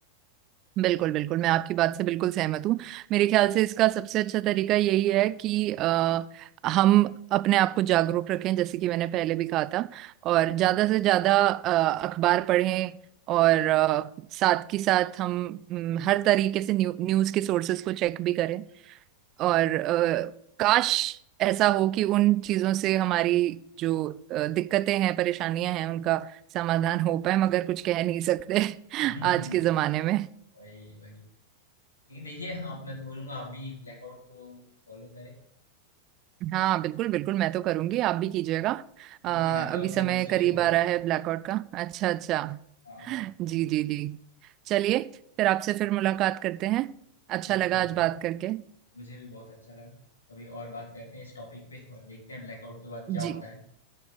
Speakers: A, on the right; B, on the left.
A: बिल्कुल बिल्कुल मैं आपकी बात से बिल्कुल सहमत हूँ मेरे ख्याल से इसका सबसे अच्छा तरीका यही है कि अ, हम अपने आप को जागरूक रखें जैसे कि मैंने पहले भी कहा था और ज्यादा से ज्यादा अ, अखबार पढ़ें और अ, साथ के साथ हम हम्म, हर तरीके से न्यू, न्यूज़ के सोर्सेज को चेक भी करें और अ, काश ऐसा हो कि उन चीजों से हमारी जो अ, दिक्कतें हैं परेशानियां हैं उनका समाधान हो पाए मगर कुछ कह नहीं सकते <laughs>
B: <laughs>
A: आज के जमाने में
B: वही वही लेकिन देखिए आप मैं तो बोलूंगा आप भी ब्लैकआउट को फॉलो करें
A: हाँ बिल्कुल बिल्कुल मैं तो करूंगी आप भी कीजिएगा अ,
B: हम्म, मैं तो
A: अभी
B: अपने
A: समय
B: दोस्तों
A: करीब
B: को ही बोल
A: आ
B: रहा
A: रहा
B: हूँ
A: है ब्लैकआउट का अच्छा अच्छा
B: हाँ
A: जी जी जी चलिए फिर आपसे फिर मुलाकात करते हैं अच्छा
B: बिल्कुल
A: लगा
B: बिल्कुल
A: आज बात करके
B: मुझे भी बहुत अच्छा लगा कभी और बात करते हैं इस टॉपिक पे और देखते हैं ब्लैकआउट के बाद क्या
A: जी
B: होता है